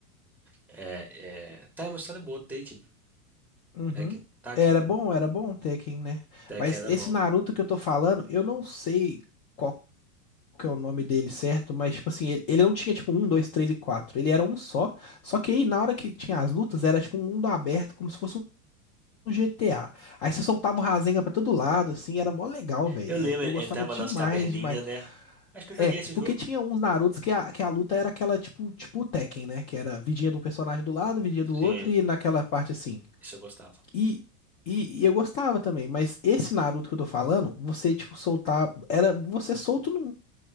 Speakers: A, in the centre; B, on the left.
A: É, é... Tá, é uma história boa, Tekken.
B: Uhum.
A: Tekken, Tekken,
B: Era bom,
A: né?
B: era bom o Tekken, né?
A: Tekken
B: Mas
A: era
B: esse
A: bom.
B: Naruto que eu tô falando, eu não sei qual que é o nome dele certo, mas tipo assim, ele, ele não tinha tipo um, dois, três e quatro. Ele era um só. Só que aí na hora que tinha as lutas, era tipo um mundo aberto, como se fosse no GTA. Aí você soltava o Rasengan pra todo lado, assim, era mó legal, velho.
A: Eu lembro,
B: Eu gostava
A: entrava
B: demais,
A: nas caverninhas,
B: demais.
A: né? Acho que eu joguei
B: É,
A: esse
B: porque
A: jogo.
B: tinha uns Narutos que a, que a luta era aquela, tipo, tipo o Tekken, né? Que era vidinha de um personagem do lado, vidinha
A: Sim,
B: do outro, e naquela parte assim.
A: isso eu gostava.
B: E, e, e eu gostava também, mas esse Naruto que eu tô falando, você, tipo, soltava. Era você solto no